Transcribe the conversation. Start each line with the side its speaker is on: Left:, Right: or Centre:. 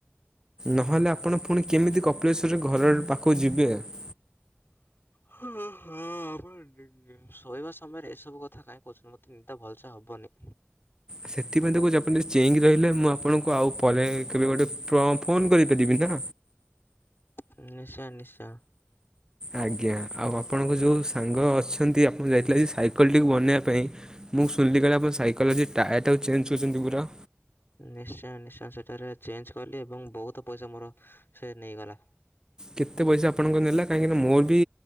Right: ନହଲେ ଆପଣ ପୁଣି କେମିତି କପିଳେଶ୍ୱର ରେ ଘରର ପାଖକୁ ଯିବେ ‌।
Left: ହୋ ହୋ- ନୁ-ନୁ ଶୋଇବା ସମୟରେ ଏସବୁ କଥା କାଇଁ କହୁଛନ୍ତି ମତେ ନିଦା ଭଲସେ ହବନି।
Right: ସେଥିପାଇଁ ‌ତ କହୁଚି ଆପଣ ଟିକେ ଚେଇଁ କି ମୁଁ ଆପଣଙ୍କୁ ଆଉ ପରେ କେବେ ଗୋଟେ ପ୍ର ଫୋନ କରି ପାରିବି ନା।
Left: ହୁଁ ନିଶ୍ଚୟ ନିଶ୍ଚୟ।
Right: ଆଜ୍ଞା ଆଉ ଆପଣଙ୍କ ଯୋଉ ସାଙ୍ଗ ଅଛନ୍ତି ଆପଣ ଯାଇଥିଲେ ଯେ ସାଇକେଲଟିକୁ ବନେଇବା ପାଇଁ। ମୁଁ ଶୁନିଲି କାଳେ ଆପଣ ସାଇକଲ ର ଆଜି ଟାୟାର୍ଟାକୁ ଚେଞ୍ଜ କରୁଛନ୍ତି ପୁରା।
Left: ନିଶ୍ଚୟ ନିଶ୍ଚୟ ସେଠାରେ ଚେଞ୍ଜ କଲି ଏବଂ ବହୁତ ପଇସା ମୋର ସେ ନେଇଗଲା।
Right: କେତେ ପଇସା ଆପଣଙ୍କର ନେଲା କାହିଁକିନା ମୋର ବି